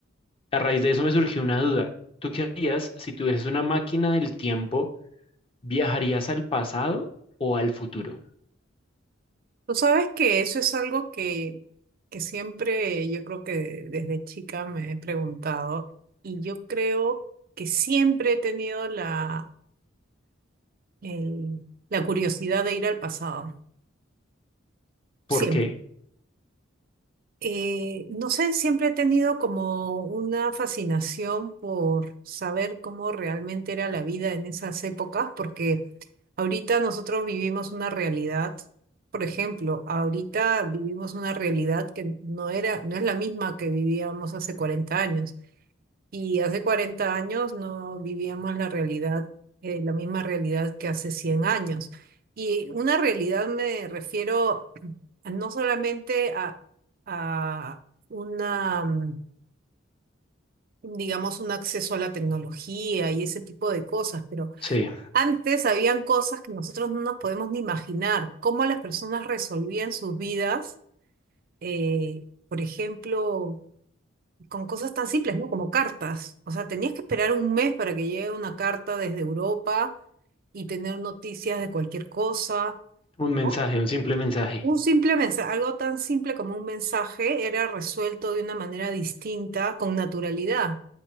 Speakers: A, on the left (about 25°); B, on the right (about 45°).
A: A raíz de eso me surgió una duda. ¿Tú qué harías si tuvieses una máquina del tiempo? ¿Viajarías al pasado o al futuro?
B: Tú sabes que eso es algo que, que siempre yo creo que desde chica me he preguntado y yo creo que siempre he tenido la, el- la curiosidad de ir al pasado, siempre.
A: ¿Por qué?
B: Eh, no sé, siempre he tenido como una fascinación por saber cómo realmente era la vida en esas épocas, porque ahorita nosotros vivimos una realidad, por ejemplo, ahorita vivimos una realidad que no era, no es la misma que vivíamos hace 40 años, y hace 40 años no vivíamos la realidad, eh, la misma realidad que hace 100 años. Y una realidad me refiero no solamente a, a una, mm, digamos, un acceso a la tecnología y ese tipo de cosas, pero
A: Sí,
B: antes habían cosas que nosotros no nos podemos ni imaginar, cómo las personas resolvían sus vidas, eh, por ejemplo, con cosas tan simples, ¿no? Como cartas. O sea, tenías que esperar un mes para que llegue una carta desde Europa y tener noticias de cualquier cosa.
A: un mensaje,
B: ¿no?
A: un simple mensaje.
B: Un simple mensaje, algo tan simple como un mensaje era resuelto de una manera distinta, con naturalidad,